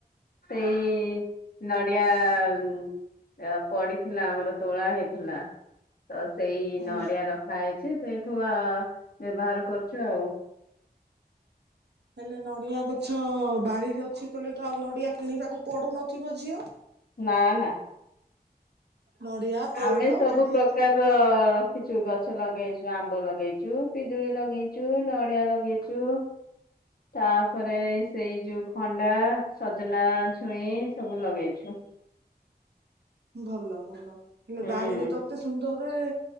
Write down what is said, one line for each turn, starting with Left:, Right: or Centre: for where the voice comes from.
Left: ସେଇ ନଡ଼ିଆ ପଡିଥିଲା ଆମର ତୋଳା ହେଇଥିଲା। ତ ସେଇ
Right: ହଁ।
Left: ନଡିଆ ରଖା ହେଇଛି ସେଇଠୁ ଆ ବ୍ୟବହାର କରୁଛୁ ଆଉ।
Right: ହେଲେ ନଡିଆ ଗଛ ବାରିରେ ଅଛି କହିଲେ ତ ଆଉ ନଡିଆ କିଣିବାକୁ ପଡୁନଥିବ ଝିଅ?
Left: ନା ନା।
Right: ନଡିଆ ପଇଡ
Left: ଆମେ ସବୁ ପ୍ରକାରର
Right: ସେ
Left: ରଖିଛୁ ଗଛ ଲଗେଇଛୁ ଆମ୍ବ ଲ ଲଗେଇଛୁ, ପିଜୁଳି ଲଗେଇଛୁ, ନଡିଆ ଲଗେଇଛୁ। ତାପରେ ସେଇ ଯୋଉ ଭଣ୍ଡା, ସଜନା ଛୁଇଁ ସବୁ ଲଗେଇଛୁ।
Right: ଭଲ ଭଲ ହେଲେ
Left: ହୁଁ
Right: ବାରିରେ ତତେ ସୁନ୍ଦର